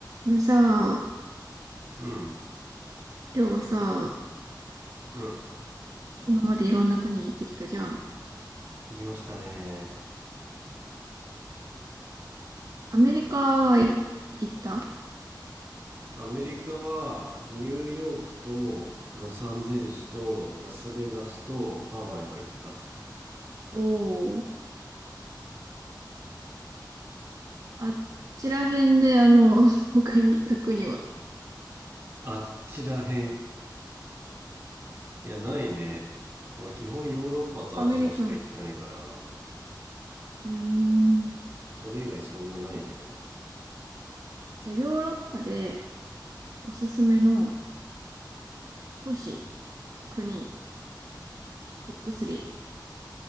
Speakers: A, on the right (about 45°); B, on the right (about 30°).
A: あのさ、
B: うん
A: りょうがさ、
B: うん
A: 今までいろんな国行ってきたじゃん。
B: できましたね
A: アメリカはい行った
B: アメリカはニューヨークとロサンゼルスとラスベガスとハワイは行ったの
A: おー。あっちら辺で、あの、<laughs> 他に行った国は。
B: あっちらへんいやないね俺基本ヨーロッパとアジアしか行ってないから
A: アメリカの。うーん。
B: それ以外そんなないね
A: じゃ、じゃあヨーロッパでおすすめの都市、国、トップ3